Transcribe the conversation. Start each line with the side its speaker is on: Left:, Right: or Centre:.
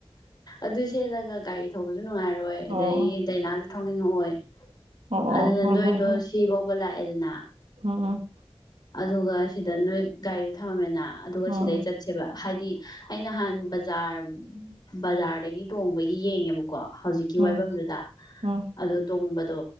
Left: ꯑꯗꯨ ꯁꯦꯠꯂꯒ ꯒꯥꯔꯤ ꯊꯧꯕꯁꯨ ꯅꯨꯡꯉꯥꯏꯔꯣꯏ ꯑꯗꯗꯒꯤ
Right: ꯑꯣ
Left: ꯗꯥꯏꯅꯥꯁꯨ ꯊꯧꯅꯤꯡꯉꯛꯑꯣꯏ
Right: ꯑꯣ ꯑꯣ
Left: ꯑꯗꯨꯅ
Right: ꯍꯣꯏ
Left: ꯅꯣꯏꯗꯣ
Right: ꯍꯣꯏ
Left: ꯁꯤꯐꯥꯎꯕ ꯂꯥꯛꯑꯦꯗꯅ
Right: ꯑꯣ
Left: ꯑꯗꯨꯒ ꯁꯤꯗ ꯅꯣꯏ ꯒꯥꯔꯤꯗ ꯊꯝꯃꯝꯃꯦꯅ ꯑꯗꯨꯒ
Right: ꯎꯝ
Left: ꯁꯤꯗꯩ ꯆꯠꯁꯦꯕ ꯍꯥꯏꯗꯤ ꯑ ꯅꯍꯥꯟ ꯕꯖꯥꯔ ꯕꯖꯥꯔꯗꯒꯤ ꯇꯣꯡꯕꯒꯤ ꯌꯦꯡꯉꯦꯕ ꯀꯣ ꯍꯧꯖꯤꯛꯀꯤ
Right: ꯎꯝ
Left: ꯋꯥꯏꯐꯝꯝꯗꯨꯗ
Right: ꯎꯝ
Left: ꯑꯣ ꯇꯣꯡꯕꯗꯣ